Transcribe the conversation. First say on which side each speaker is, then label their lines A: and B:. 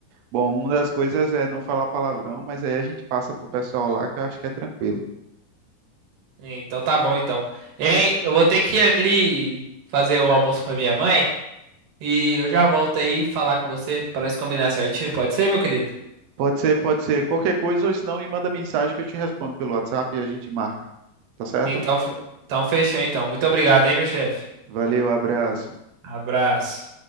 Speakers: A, on the right; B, on the right.
A: bom, uma das coisas é não falar palavrão, mas aí a gente passa pro pessoal lá que eu acho que é tranquilo.
B: Então tá bom, então. Hein, eu vou ter que ir ali fazer o almoço pra minha mãe e eu já volto aí falar com você pra nós combinar certinho, pode ser, meu querido?
A: Pode ser, pode ser qualquer coisa, ou se não me manda mensagem que eu te respondo pelo WhatsApp e a gente marca, tá certo?
B: Então, fe- então fechou, então. Muito obrigado, hein, meu chefe.
A: Valeu, abraço.
B: Abraço.